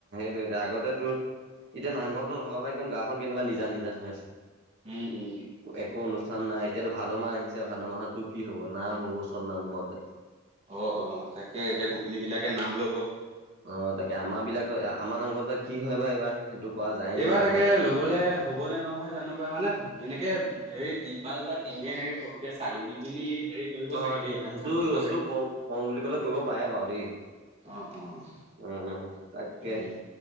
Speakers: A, on the right; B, on the right.
A: এতিয়া, আগতে তোৰ এতিয়া নামঘৰতো নথকা পৰা একদম গাওখন কেনেকুৱা নিজান নিজান হৈ আছে।
B: উম, উম।
A: একো অনুষ্ঠান নাই এতিয়াতো ভাদ মাহ আহিছে ভাদ মাহতো কি হব নাম হ'ব চব নামঘৰতে।
B: অ', অ', তাকে এতিয়া গোপিনী বিলাকে নাম ল'ব।
A: অ', তাকে আমাৰ বিলাকৰ, আমাৰ নামঘৰত বা কি হয় বা এইবাৰ? সেইটো কৰা যায়।
B: এইবাৰ
A: নে নাযায়।
B: তাকে ল'বলে হ'বনে নহয় জানো পাই মানে তেনেকে এই তিপাল বা টিঙে এনেকে সৰুকে চালি দি পিনি হেৰি কৰিব
A: অ', ‌অ',
B: চাগে দেই
A: সেইটো-সেইটো
B: নাম চাম ল'ব চাগে।
A: কৰোঁ বুলি কলে কৰিব পাৰে বাৰু দেই।
B: অ', অ'।
A: উম, উম তাকে
B: উম,